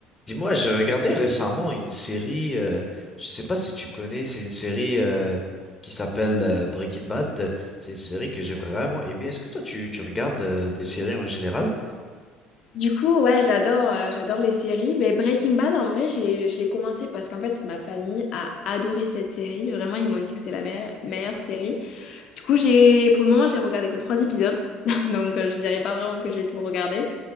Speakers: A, on the left; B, on the left.
A: Dis-moi, j'ai regardé récemment une série, euh, je sais pas si tu connais, c'est une série euh, qui s'appelle euh, Breaking Bad. C'est une série que j'ai vraiment aimée. Est-ce que toi, tu, tu regardes euh, des séries en général?
B: Du coup, ouais, j'adore, euh, j'adore les séries. Mais Breaking Bad, en vrai, j'ai, je l'ai commencé parce qu'en fait, ma famille a adoré cette série. Vraiment, ils m'ont dit que c'est la meilleure, meilleure série. Du coup, j'ai, pour le moment, j'ai regardé que trois épisodes. <laughs> Donc, euh, je dirais pas vraiment que j'ai tout regardé.